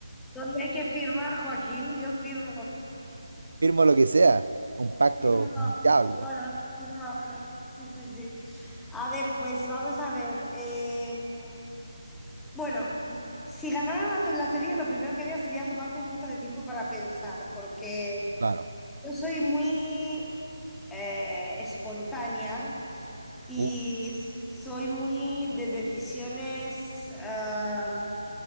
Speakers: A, in the centre; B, on the right.
A: ¿Dónde hay que firmar, Joaquín? Yo firmo,
B: <laughs> Firmo lo que sea. Un pacto
A: firmo
B: con el diablo.
A: ahora, firmo ahora. Sí, sí, sí. A ver, pues vamos a ver. eh, Bueno, si ganara la to- lotería, lo primero que haría sería tomarme un poco de tiempo para pensar, porque
B: Claro.
A: yo soy muy eh, espontánea y
B: Uf,
A: soy muy de decisiones ah,